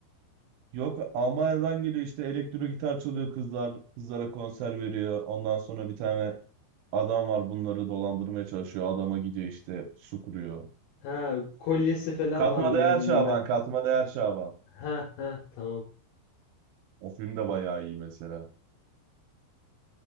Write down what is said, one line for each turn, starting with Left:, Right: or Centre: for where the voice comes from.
Right: Yok Almanya'dan geliyor işte elektro gitar çalıyor kızlar. Kızlara konser veriyor. Ondan sonra bir tane adam var bunları dolandırmaya çalışıyor. Adama gidiyor işte su kuruyor.
Left: Ha kolyesi falan
Right: Katma
Left: var böyle.
Right: Değer
Left: Meh.
Right: Şaban, Katma Değer Şaban.
Left: Ha ha tamam.
Right: O film de bayağı iyi mesela.